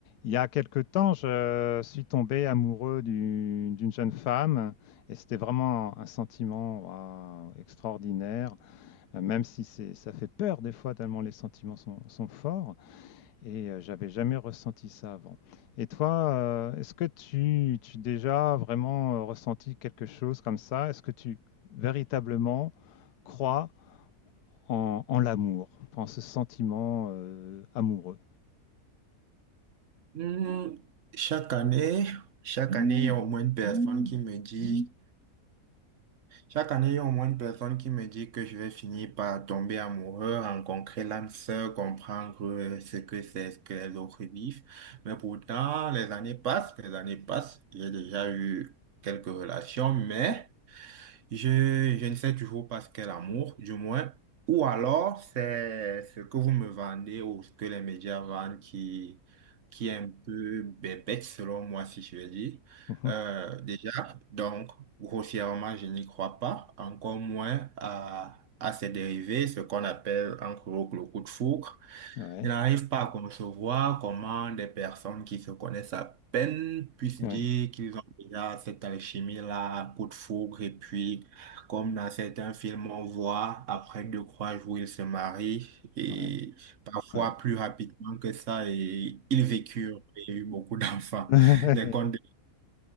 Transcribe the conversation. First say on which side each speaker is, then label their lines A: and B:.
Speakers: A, on the left (about 80°); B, on the right (about 55°).
A: Il y a quelque temps, je suis tombé amoureux du- d'une jeune femme et c'était vraiment un sentiment waouh, extraordinaire, euh, même si c'est- ça fait peur des fois tellement les sentiments sont, sont forts et euh, j'avais jamais ressenti ça avant. Et toi, euh, est-ce que tu, tu as déjà vraiment euh, ressenti quelque chose comme ça? Est-ce que tu véritablement crois en, en l'amour, en ce sentiment euh, amoureux?
B: Hmm, Chaque année, chaque année, il y a au moins une personne qui me dit, chaque année, il y a au moins une personne qui me dit que je vais finir par tomber amoureux, rencontrer l'âme sœur, comprendre euh, ce que c'est, ce que les autres vivent. Mais pourtant, les années passent, les années passent. J'ai déjà eu quelques relations, mais je, je ne sais toujours pas ce qu'est l'amour, du moins. Ou alors, c'est ce que vous me vendez ou ce que les médias vendent qui, qui est un peu bébête, selon moi, si je veux dire.
A: <laughs>
B: Euh, déjà, donc, grossièrement, je n'y crois pas. Encore moins à, à ses dérivés, ce qu'on appelle en gros le coup de foudre.
A: Ouais,
B: Je n'arrive pas à concevoir comment des personnes qui se connaissent à peine puissent
A: ouais,
B: dire qu'ils ont déjà cette alchimie-là, coup de foudre, et puis, comme dans certains films, on voit, après deux, trois jours, ils se marient, et
A: ouais,
B: parfois
A: ouais.
B: plus rapidement que ça, et ils vécurent, et eu beaucoup <laughs> d'enfants.
A: <laughs>
B: Les contes de...